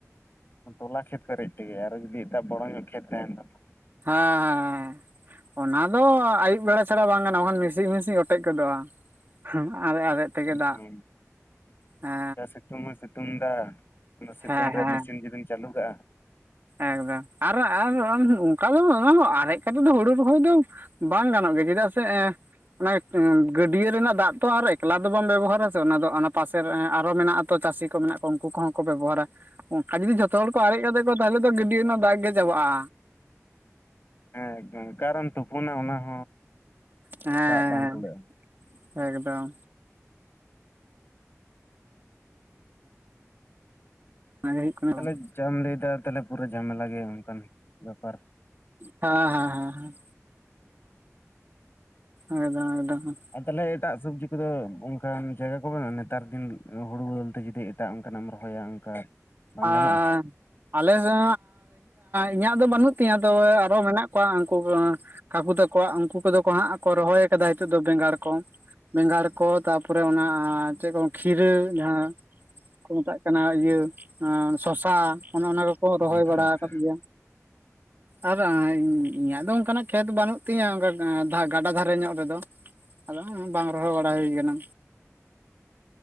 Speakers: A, on the left (about 40°); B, on the right (about 45°).
A: ᱛᱚᱞᱟ ᱠᱷᱮᱛ ᱯᱮᱨᱮᱡ ᱛᱮᱜᱮ ᱟᱨᱚ ᱡᱩᱫᱤ ᱮᱴᱟᱜ ᱵᱚᱲᱚ ᱧᱚᱜ ᱠᱷᱮᱛ ᱛᱟᱸᱦᱮᱱ ᱛᱟᱢᱟ
B: ᱦᱮᱸ ᱦᱮᱸᱻ ᱚᱱᱟ ᱫᱚ ᱟᱹᱭᱩᱵ ᱵᱮᱲᱟ ᱪᱷᱟᱲᱟ ᱵᱟᱝ ᱜᱟᱱᱚᱜ-ᱟ ᱢᱮᱥᱤᱱ ᱢᱤᱥᱤᱱ ᱚᱴᱮᱡ ᱜᱚᱫᱚᱜᱼᱟ <unintelligible> ᱟᱨᱮᱡ ᱟᱨᱮᱡ ᱛᱮᱜᱮ
A: <unintelligible>
B: ᱫᱟᱜ ᱦᱮᱸ
A: ᱡᱟ ᱥᱤᱛᱩᱝ ᱮ ᱥᱤᱛᱩᱝ ᱮᱫᱟ ᱚᱱᱟ ᱥᱤᱛᱩᱝ
B: ᱦᱮᱸ
A: ᱨᱮ
B: ᱦᱮᱸ
A: ᱢᱮᱥᱤᱱ ᱡᱩᱫᱤᱢ ᱪᱟᱹᱞᱩ ᱠᱟᱜᱼᱟ
B: ᱮᱠᱫᱚᱢ ᱟᱨ ᱟᱨ ᱚᱱᱠᱟ ᱫᱚ ᱵᱟᱝᱟ ᱟᱨᱮᱡ ᱠᱟᱛᱮᱫ ᱫᱚ ᱦᱩᱲᱩ ᱨᱚᱦᱚᱭ ᱫᱚ ᱵᱟᱝ ᱜᱟᱱᱚᱜ ᱜᱮᱭᱟ ᱪᱮᱫᱟᱜ ᱥᱮ ᱮᱸ ᱚᱱᱟ ᱜᱟᱹᱰᱤᱭᱟᱹ ᱨᱮᱱᱟᱜ ᱫᱟᱜ ᱛᱚ ᱟᱨ ᱮᱠᱞᱟ ᱫᱚ ᱵᱟᱢ ᱵᱮᱵᱚᱦᱟᱨᱟ ᱥᱮ ᱚᱱᱟ ᱫᱚ ᱚᱱᱟ ᱯᱟᱥᱮ ᱨᱮ ᱟᱨᱦᱚᱸ ᱢᱮᱱᱟᱜ ᱟᱛᱚ ᱛᱚ ᱪᱟᱹᱥᱤ ᱠᱚ ᱢᱮᱱᱟᱜ ᱠᱚᱣᱟ ᱩᱱᱠᱩ ᱠᱚᱦᱚᱸ ᱠᱚ ᱵᱮᱵᱚᱦᱟᱨᱟ ᱚᱱᱠᱟ ᱡᱩᱫᱤ ᱡᱷᱚᱛᱚ ᱦᱚᱲ ᱠᱚ ᱟᱨᱮᱡ ᱠᱟᱛᱮᱫ ᱛᱟᱦᱚᱞᱮ ᱛᱚ ᱜᱟᱹᱰᱤᱭᱟᱹ ᱨᱮᱱᱟᱜ ᱫᱟᱜ ᱜᱮ ᱪᱟᱵᱟᱜᱼᱟ
A: ᱦᱮᱸ ᱮᱠᱫᱚᱢ ᱚᱠᱟᱨᱮᱢ ᱛᱩᱯᱩᱱᱟ ᱚᱱᱟ ᱦᱚᱸ
B: ᱦᱮᱸ
A: ᱫᱟᱜ ᱵᱟᱝ ᱠᱩᱲᱟᱹᱜᱼᱟ
B: ᱦᱮᱸ ᱮᱠᱫᱚᱢ ᱚᱱᱟᱜᱮ ᱦᱩᱭᱩᱜ ᱠᱟᱱᱟ
A: ᱛᱟᱦᱞᱮ
B: ᱦᱮᱸ
A: ᱡᱟᱢ ᱞᱟᱹᱭᱮᱫᱟ ᱛᱟᱦᱞᱮ ᱯᱩᱨᱟᱹ ᱡᱷᱟᱢᱮᱞᱟ ᱜᱮᱭᱟ ᱚᱱᱠᱟᱱ ᱵᱮᱯᱟᱨ
B: ᱦᱮᱸ ᱦᱮᱸ ᱦᱮᱸ ᱮᱠᱫᱚᱢ ᱮᱠᱫᱚᱢ
A: ᱟᱨ ᱛᱟᱦᱚᱞᱮ ᱮᱴᱟᱜ ᱥᱚᱵᱡᱤ ᱠᱚᱫᱚ ᱚᱱᱠᱟᱱ ᱡᱟᱭᱜᱟ ᱠᱚ ᱢᱮᱱᱟᱜᱼᱟ ᱱᱮᱛᱟᱨ ᱫᱤᱱ ᱦᱩᱲᱩ ᱵᱚᱫᱚᱞ ᱛᱮ ᱡᱩᱫᱤ ᱮᱴᱟᱜ ᱚᱱᱠᱟ ᱱᱟᱜ ᱮᱢ ᱨᱚᱦᱚᱭᱟ ᱚᱱᱠᱟ ᱵᱟᱝ
B: ᱟ
A: ᱜᱟᱱᱚᱜᱼᱟ
B: ᱟᱞᱮ ᱥᱮᱫ ᱤᱧᱟᱹᱜ ᱫᱚ ᱵᱟᱹᱱᱩᱜ ᱛᱤᱧᱟᱹ ᱛᱚᱵᱮ ᱟᱨᱦᱚᱸ ᱢᱮᱱᱟᱜ ᱠᱚᱣᱟ ᱩᱱᱠᱩ ᱠᱟᱠᱩ ᱛᱟᱠᱚᱣᱟ ᱩᱱᱠᱩ ᱠᱚᱫᱚ ᱠᱚ ᱦᱟᱸᱜ ᱠᱚ ᱨᱚᱦᱚᱭ ᱟᱠᱟᱫᱟ ᱱᱤᱛᱚᱜ ᱫᱚ ᱵᱮᱸᱜᱟᱲ ᱠᱚ ᱵᱮᱸᱜᱟᱲ ᱠᱚ ᱛᱟᱯᱚᱨ ᱛᱟᱯᱚᱨᱮ ᱚᱱᱟ ᱪᱮᱫ ᱠᱚ ᱠᱷᱤᱨᱟᱹ ᱡᱟᱦᱟ ᱠᱚ ᱢᱮᱛᱟᱜ ᱠᱟᱱᱟ ᱤᱭᱟᱹ ᱥᱚᱥᱟ ᱚᱱᱮ ᱚᱱᱟ ᱠᱚᱠᱚ ᱨᱚᱦᱚᱭ
A: ᱟᱪᱪᱷᱟ
B: ᱵᱟᱲᱟ ᱟᱠᱟᱫ ᱜᱮᱭᱟ
A: <inaudible>
B: ᱟᱨ ᱤᱧᱟᱹᱜ ᱫᱚ ᱚᱱᱠᱟᱱᱟᱜ ᱠᱷᱮᱛ ᱵᱟᱹᱱᱩᱜ ᱛᱤᱧᱟᱹ ᱚᱱᱠᱟ ᱜᱟᱰᱟ ᱫᱷᱟᱨᱮ ᱧᱚᱜ ᱨᱮᱫᱚ ᱟᱫᱚ ᱵᱟᱝ ᱨᱚᱦᱚᱭ ᱵᱟᱲᱟ ᱦᱩᱭ ᱟᱠᱟᱱᱟ